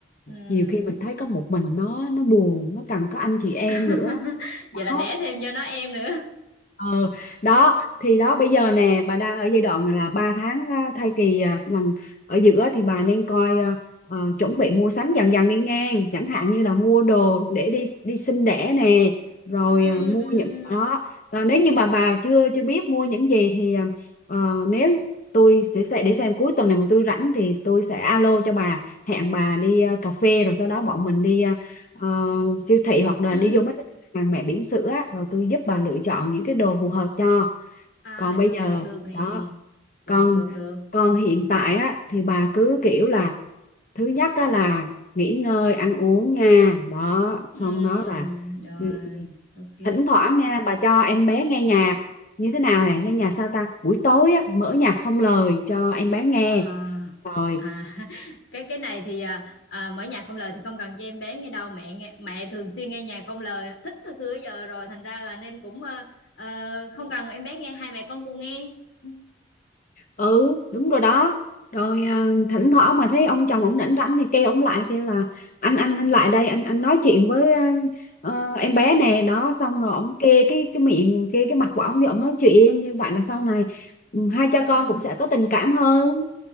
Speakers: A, on the left; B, on the left.
A: ừ
B: nhiều khi mình thấy có một mình nó nó buồn nó cần có anh chị em
A: <laughs>
B: nữa
A: vậy là
B: đó
A: đẻ thêm cho nó em nữa
B: ờ đó thì đó bây giờ nè bà đang ở giai đoạn là 3 tháng à, thai kỳ à, lần ở giữa thì bà nên coi à, ờ, chuẩn bị mua sắm dần dần đi ngang chẳng hạn như là mua đồ để đi đi sinh đẻ nè rồi
A: ừ
B: à, mua
A: ừ
B: những
A: ừ
B: đó Ờ, nếu như mà bà chưa chưa biết mua những gì thì à, ờ, nếu tôi sẽ sẽ để xem cuối tuần này mà tôi rảnh thì tôi sẽ alo cho bà hẹn bà đi à, cà phê rồi sau đó bọn mình đi à, ờ, siêu thị hoặc là
A: ừ
B: đi vô mấy hàng mẹ bỉm sữa á, rồi tôi giúp bà lựa chọn những cái đồ phù hợp cho
A: À
B: còn
A: được
B: bây giờ
A: được được nè.
B: đó
A: Được
B: còn
A: được được.
B: còn hiện tại á thì bà cứ kiểu là thứ nhất á là nghỉ ngơi ăn uống nha đó xong
A: Ừm,
B: đó là
A: rồi,
B: ừ,
A: ok.
B: thỉnh thoảng nha bà cho em bé
A: Ừm,
B: nghe nhạc như thế nào nè nghe nhạc sao ta buổi tối á mở nhạc không lời cho em bé nghe
A: À
B: rồi
A: à <laughs> cái cái này thì à, à, mở nhạc không lời thì không cần cho em bé nghe đâu, mẹ nghe mẹ thường xuyên nghe nhạc không lời, thích hồi xưa tới giờ rồi thành ra là nên cũng ờ, ờ, không cần em bé nghe hai mẹ con cùng nghe. Ừm.
B: ừ đúng rồi đó rồi à, thỉnh thoảng mà thấy ông chồng ông rảnh rảnh thì kêu ông lại kêu là anh anh anh lại đây anh anh nói chuyện với à, ờ, em bé nè đó xong rồi ông kê cái cái miệng kê cái mặt của ông thì ông nói chuyện như vậy là sau này ừ, hai cha
A: À,
B: con cũng sẽ có tình cảm hơn